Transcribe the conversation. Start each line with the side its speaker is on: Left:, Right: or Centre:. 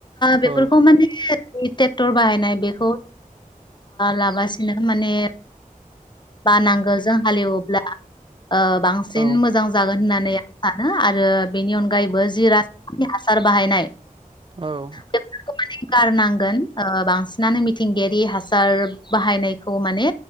Left: बेफोरखौ
Right: औ
Left: माने ट्रेक्टर बाहायनाय बेखौ लाबासिनो माने बा नांगोलजों हालेवोब्ला ओ बांसिन
Right: औ
Left: मोजां जागोन होननानै सानो आरो बेनि अनगायैबो जि राज <unintelligible> हासार बाहायनाय
Right: औ
Left: बेखौ गारनांगोन ओ बांसिनानो मिथिंगायारि हासार बाहायनायखौ माने